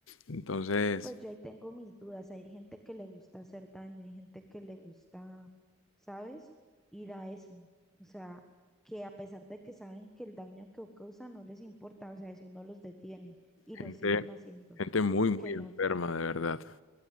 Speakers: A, on the left (about 75°); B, in the centre.
A: Entonces,
B: Pues yo ahí tengo mis dudas. Hay gente que le gusta hacer daño, hay gente que le gusta, ¿sabes? Ir a eso. O sea, que a pesar de que saben que el daño que causa no les importa, o sea, eso no los detiene y
A: gente,
B: lo siguen haciendo.
A: gente muy,
B: Porque
A: muy enferma,
B: no?
A: de verdad.